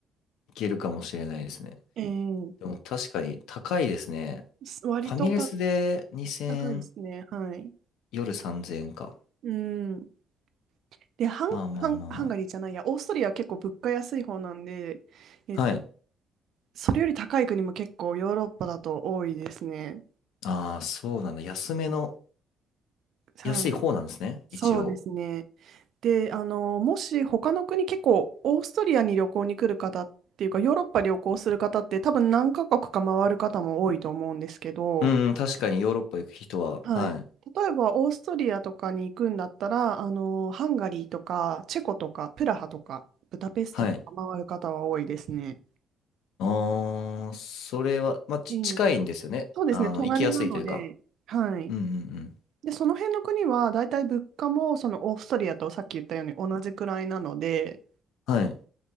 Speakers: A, on the left; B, on the right.
A: いけるかもしれないですね。
B: えー、
A: でも確かに高いですね。
B: す割とた
A: ファミレスで2000、
B: 高いですね。はい。
A: 夜3000円か。
B: うん。で、ハン、
A: まあまあまあま
B: ハン、ハンガリーじゃないや、オーストリアは結構物価安い方なんで、え、
A: あ。はい。
B: それより高い国も結構ヨーロッパだと多いですね。
A: ああ、そうなんだ。安めの、
B: はい。
A: 安い方なんですね、
B: そうですね。
A: 一応。
B: で、あの、もし他の国、結構オーストリアに旅行に来る方っていうか、ヨーロッパ旅行する方って多分何カ国か回る方も多いと思うんですけど、
A: うん、確かにヨーロッパ行く人は、
B: はい。
A: はい。
B: 例えばオーストリアとかに行くんだったら、あの、ハンガリーとか、チェコとか、プラハとか、ブダペストとか回る方は多いですね。
A: はい。ああ、それは、まあ、ち近いんですよね。
B: ええそうですね、
A: あの、
B: 隣なので、
A: 行きやすいというか。
B: はい。
A: うんうんうん。
B: で、その辺の国は大体物価もそのオーストリアとさっき言ったように同じくらいなので、
A: はい。